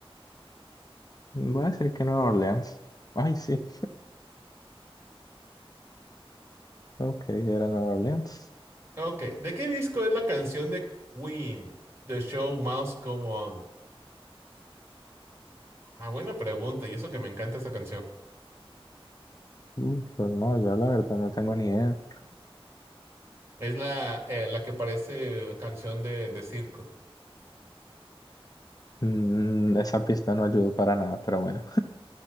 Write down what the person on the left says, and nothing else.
Voy a decir que Nueva Orleans. Ay, sí. Ok, era Nueva Orleans.
Uh, pero no, yo la verdad no tengo ni idea.
Mm, esa pista no ayudó para nada, pero bueno.